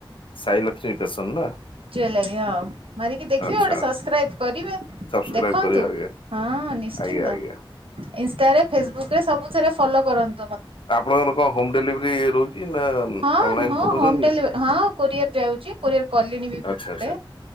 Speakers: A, on the left; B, on the right.
A: ସାଇ ଲ ଷ୍ମୀ ପେସନ୍ ନା?
B: ଜୁଲାରୀ ମାରିକି ଦେଖିବେ
A: ଆଚ୍ଛା
B: ଗୋଟେ ସବସ୍କ୍ରାଇବ କରିବେ।
A: ସବସ୍କ୍ରାଇବ
B: ଦେଖନ୍ତୁ
A: କରିବା ଆଜ୍ଞା
B: ହଁ ନିଶ୍ଚିନ୍ତ
A: ଆଜ୍ଞା ଆଜ୍ଞା।
B: ଇନଷ୍ଟ ଟାରେ ଫେସବୁକରେ ସବୁଥିରେ ଫଲୋ କରନ
A: ଆପଣଙ୍କର କଣ ହୋମ ଡେଲିଭରି ରହୁଛି? ନା
B: ହଁ
A: ଅନଲାଇନ
B: ହଁ
A: ପଠଉଛନ୍ତି?
B: ହୋମ ଡେଲିଭରି ହଁ କୋରିୟର ଯାଉଛି କୋରିଅର କଲିଣି ବି ବହୁତ
A: ଆଚ୍ଛା ଆଚ୍ଛା
B: ଗୁଡେ।